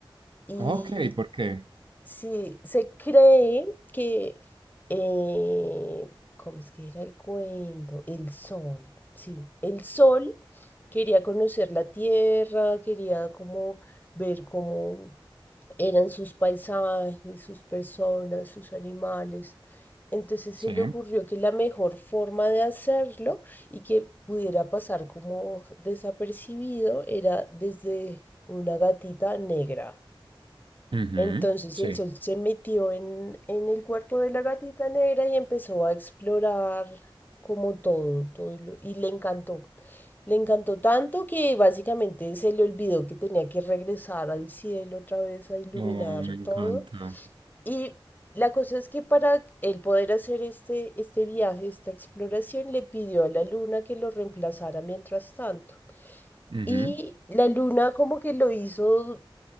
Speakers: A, on the left; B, on the right.
A: Y
B: Ok, ¿por qué?
A: sí, se cree que, eh, ¿cómo es que era el cuento? El sol, sí. El sol quería conocer la tierra, quería como ver cómo eran sus paisajes, sus personas, sus animales. Entonces
B: Sí.
A: se le ocurrió que la mejor forma de hacerlo y que pudiera pasar como desapercibido era desde una gatita negra.
B: Ujú,
A: Entonces
B: Sí.
A: el sol se metió en, en el cuerpo de la gatita negra y empezó a explorar como todo, todo lo- y le encantó. Le encantó tanto que básicamente se le olvidó que tenía que regresar al cielo otra vez a iluminar
B: Oh, me encanta.
A: todo. Y la cosa es que para él poder hacer este, este viaje, esta exploración, le pidió a la luna que lo reemplazara mientras tanto.
B: Ujú,
A: Y la luna como que lo hizo